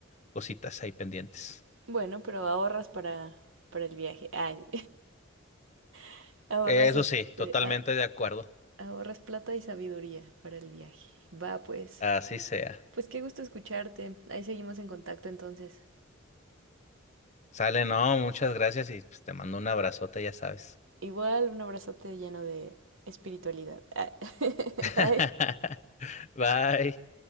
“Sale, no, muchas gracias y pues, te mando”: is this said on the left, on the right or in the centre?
Left